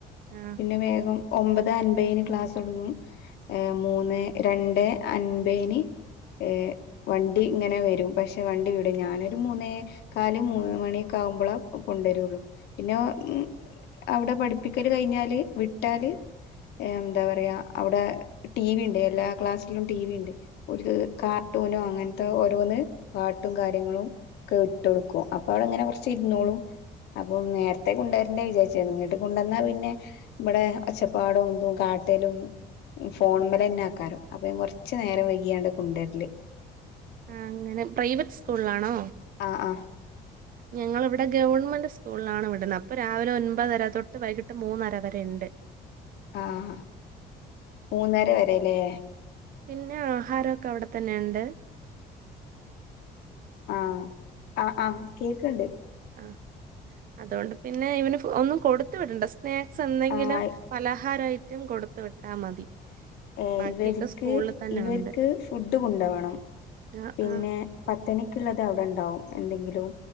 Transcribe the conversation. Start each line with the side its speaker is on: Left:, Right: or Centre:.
Right: ആ
Left: പിന്നെ വേഗം ഒമ്പതെ അൻമ്പേന് ക്ലാസോടുങ്ങും ഏ മൂന്നെ രണ്ടെ അൻമ്പേന് ഏ വണ്ടിങ്ങനെ വെരും പക്ഷെ വണ്ടി വിടും ഞാനൊരു മൂന്നേ കാല് മൂന്ന് മണ്യാെക്കെ ആവുമ്പള കൊണ്ടെരൊള്ളു പിന്നാ മ് അവ്ടെ പട്പ്പിക്ക കയ്ഞ്ഞാല് വിട്ടാല് എന്താ പറയാ അവിടെ ടീവിണ്ട് എല്ലാ ക്ലാസ്സിലും ടീവിണ്ട് ഒര്ക് കാ ട്ടൂനോ അങ്ങൻത്തെ ഓരോന്ന് പാട്ടും കാര്യങ്ങളുംക്കെ ട്ടാെട്ക്കും അപ്പൊ അവ്ടെങ്ങനെ കൊർച്ചെ ഇര്ന്നോളും അപ്പൊ നേരത്തെ കുണ്ടെര്ണ്ടേ വിചാര്ചാര്ന്നു ങ്ങട്ട് കുണ്ടന്നാ പി ന്നെ ഇന്ടെ ഒച്ചപ്പാടും തും കാട്ടലും ഫോൺമലെന്നാക്കാരം അപ്പ ഞാൻ കൊർച്ച് നേരം വൈകിയാണ്ട് കുണ്ടെര്ല്
Right: ആ അങ്ങനെ പ്രൈവറ്റ് സ്കൂൾളാണോ
Left: ആഹ് ആഹ്
Right: ഞങ്ങള് വ് ടെ ഗവൺമെന്റ് സ്കൂൾളാണ് വിട്ണെ അപ്പൊ രാവിലെ ഒൻപതര തൊട്ട് വൈകിട്ട് മൂന്നര വരെ ഇണ്ട്
Left: ആഹ മൂന്നര വരെലെ?
Right: പിന്നെ ആഹാരോക്കെ അവ്ടെ തന്നെണ്ട്.?
Left: ആഹ് ആ ആ കേക്കണ്ട്.
Right: ആ അതൊണ്ട് പിന്നെ ഇവന് ഫു ഒന്നും കൊടുത്ത വിടണ്ട സ് സ്നാക്സ് എന്തെങ്കിലും
Left: ആഹ്
Right: പലഹാര ഐറ്റം കൊടുത്ത് വിട്ടാ മതി.
Left: ഏ
Right: ബാക്കിയൊക്കെ
Left: ഇവെര്ക്
Right: സ്കൂളിൽ തന്നെ
Left: ഇവെര്ക്ക്
Right: ഉണ്ട്
Left: ഫുഡ് കൊണ്ടവണം
Right: ആഹ്
Left: പിന്നെ
Right: ആഹ്
Left: പ <unintelligible> ള്ളത് അവ്ടെ ണ്ടാവും എന്തെങ്കിലും